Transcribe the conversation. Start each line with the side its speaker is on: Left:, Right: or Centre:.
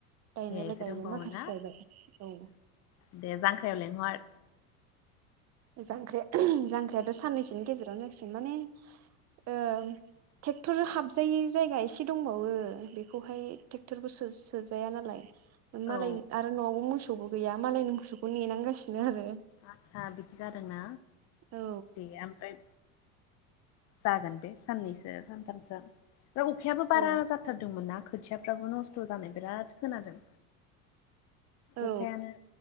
Right: गायनायलाय
Left: एसो
Right: गायबाय
Left: दंबावो
Right: माखासे
Left: ना
Right: गायबाय औ
Left: दे जांख्रायाव लेंहर ‌।
Right: जांख्रा जांख्रिआथ साननैसोनि गेजेराव जासिगोन माने ओ ट्रेक्टर हाबजायै जायगा एसे दंबावो बेखौहाय ट्रेक्टरखौ सोजाया नालाय। मालाय
Left: औ
Right: आरो न'आवबो मोसौबो गैया मालायनि मोसौखौ नेनांगासिनो आरो।
Left: आतसा बिदि जादोंना
Right: औ
Left: दे ओमफ्राय जागोन बे साननैसो सानथामसो ओमफ्राय अखायाबो बारा
Right: औ
Left: जाथ थारदोंमोनना खोथियाफ्राबो नस्थ जानाय बिराद खोनादों।
Right: औ
Left: अखायानो